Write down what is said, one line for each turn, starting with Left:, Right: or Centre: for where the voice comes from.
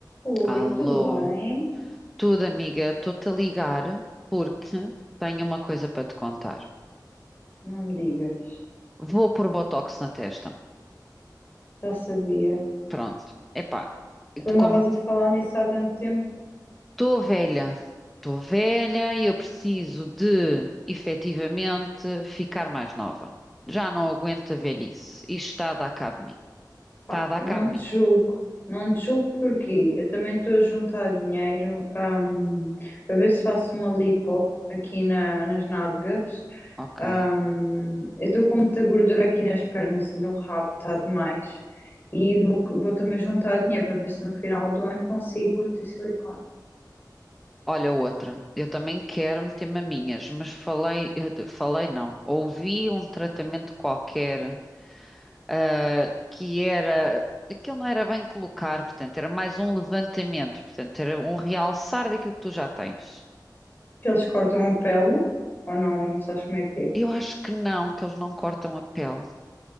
Left: Oi,
Centre: Alô,
Left: tudo bem?
Centre: tudo amiga, estou-te a ligar porque tenho uma coisa para te contar.
Left: Não me digas.
Centre: Vou pôr Botox na testa.
Left: Já sabia.
Centre: Pronto. Epá, e
Left: Tu
Centre: de
Left: andavas
Centre: como
Left: a falar nisso há tanto tempo.
Centre: estou velha, estou velha e eu preciso de efetivamente ficar mais nova. Já não aguento a velhice. Isto está a dar cabo de mim. Está
Left: Pá,
Centre: a dar
Left: eu
Centre: cabo
Left: não
Centre: de
Left: te
Centre: mim.
Left: julgo. Não te julgo porquê? Eu também estou a juntar dinheiro, hum, para ver se faço uma lipo aqui na- nas nádegas.
Centre: Ok.
Left: Hum, eu estou com muita gordura aqui nas pernas e no rabo, está demais. E vou, vou também juntar dinheiro para ver se no final do ano consigo meter silicone.
Centre: Olha outra. Eu também quero meter maminhas, mas falei, eu te- falei não. Ouvi um tratamento qualquer ah, que era. Aquilo não era bem colocar, portanto, era mais um levantamento, portanto, era um realçar daquilo que tu já tens.
Left: Que eles cortam a pele, ou não, não sabes como é que é.
Centre: Eu acho que não, que eles não cortam a pele.